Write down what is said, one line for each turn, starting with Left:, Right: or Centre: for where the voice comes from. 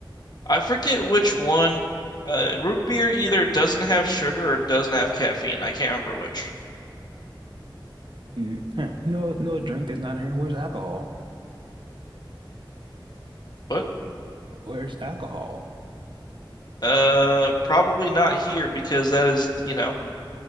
Left: I forget which one. Uh, root beer either doesn't have sugar or doesn't have caffeine. I can't remember which.
Right: Mm. Huh. No, no drink that's not here. Where's alcohol?
Left: But
Right: <laughs> Where's alcohol?
Left: uh, probably not here because that is, you know,